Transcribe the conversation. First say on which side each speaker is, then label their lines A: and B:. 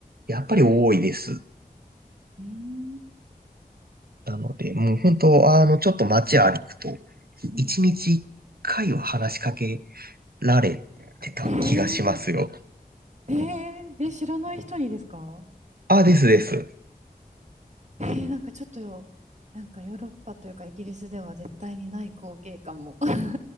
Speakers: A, on the right; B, on the right.
A: やっぱり多いです。
B: うーん。
A: なので、もう本当、あの、ちょっと街歩くと、
B: うん。
A: 一日一回は話しかけられてた気がしますよ。
B: へえ。へえ。え、知らない人にですか
A: あ、ですです。
B: えー、なんかちょっと、なんかヨーロッパというかイギリスでは絶対にない光景かも。<laughs>